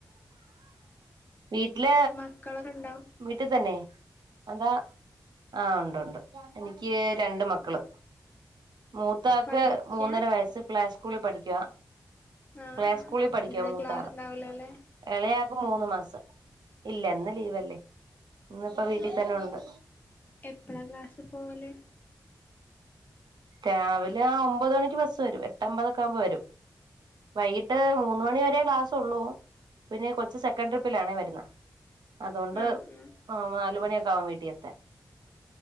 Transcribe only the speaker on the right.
വീട്ടില
വീട്ടിൽ തന്നെ എന്താ- ആ ഉണ്ട്ണ്ട് എനിക്ക് രണ്ട് മക്കള്.
മൂത്താക്ക്
മൂന്നര വയസ്സ് പ്ലേ സ്കൂളിൽ പഠിക്കുക.
പ്ലേ
സ്കൂളിൽ പഠിക്കാൻ
മൂത്ത
ആള്
ഇളയാ- മൂന്ന് മാസം ഇല്ല ഇന്ന് ലീവ്ല്ലേ ഇന്നിപ്പോ വീട്ടിൽ
തന്നെ
ഉണ്ട്.
രാവിലെ ആ ഒമ്പത് മണിക്ക് ബസ്സ് വരും എട്ടമ്പതൊക്കെ ആകുമ്പോ വരും. വൈകിട്ട് മൂന്ന മണി വരെ ക്ലാസ് ഉള്ളൂ പിന്നെ കൊച്ചു സെക്കൻഡ് ട്രിപ്പിലാണേ വരുന്ന. അതുകൊണ്ട്
നാല് മണിയൊക്കെ ആവും വീട്ടിൽ എത്താൻ